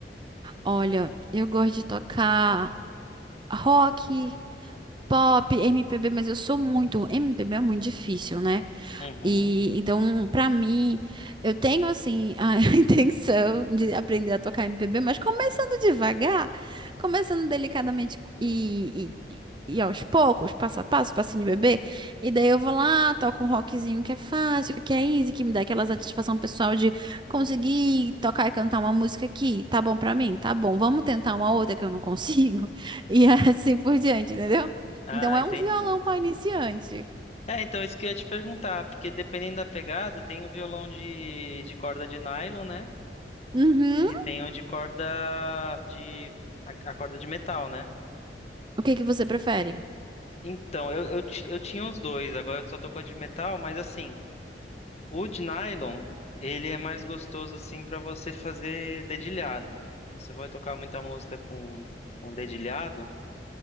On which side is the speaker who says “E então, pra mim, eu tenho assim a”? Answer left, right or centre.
Right